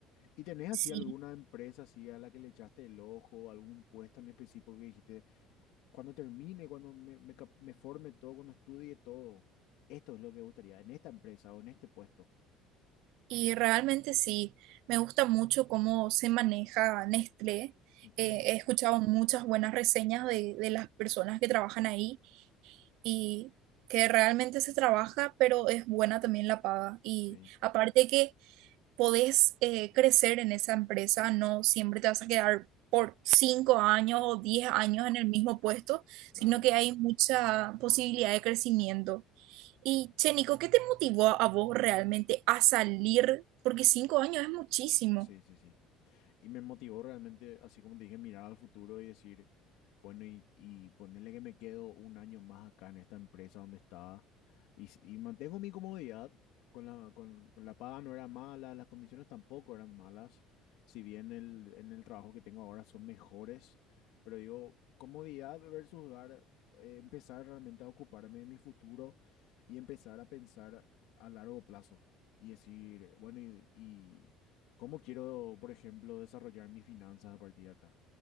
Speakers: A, on the left (about 75°); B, on the right (about 75°).
A: ¿Y tenés así
B: Sí.
A: alguna empresa así a la que le echaste el ojo, algún puesto en específico que dijiste, cuando termine, cuando me, me cap- me forme todo, cuando estudie todo, esto es lo que me gustaría en esta empresa o en este puesto.
B: Y realmente sí, me gusta mucho cómo se maneja Nestlé.
A: Ujú,
B: Eh, he escuchado muchas buenas reseñas de, de las personas que trabajan ahí y que realmente se trabaja, pero es buena también la paga. Y
A: Sí,
B: aparte que podés eh, crecer en esa empresa, no siempre te vas a quedar por cinco años o diez años en el mismo puesto,
A: claro.
B: sino que hay mucha posibilidad de crecimiento. Y, che, Nico, ¿qué te motivó a vos realmente a salir? Porque cinco años es muchísimo.
A: Sí, sí, sí. Y me motivó realmente, así como te dije, mirar al futuro y decir, bueno, y, y ponerle que me quedo un año más acá en esta empresa donde estaba y, s- y mantengo mi comodidad, con la, con la paga no era mala, las condiciones tampoco eran malas, si bien el, en el trabajo que tengo ahora son mejores, pero digo, comodidad versus dar, eh, empezar realmente a ocuparme de mi futuro y empezar a pensar a largo plazo y decir, bueno, y, y ¿Cómo quiero, por ejemplo, desarrollar mis finanzas a partir de acá?